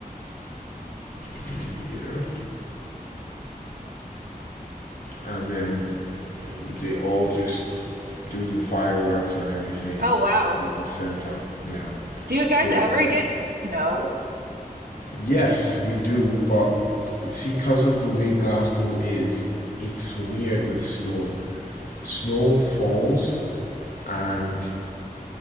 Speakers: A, on the left; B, on the right.
A: New Year, and then they all just do the fireworks and everything
B: Oh wow.
A: at the center. Yeah.
B: Do you guys
A: So
B: ever get snow?
A: yes, we do, but see, because of the way Glasgow is, it's weird with snow. Snow falls and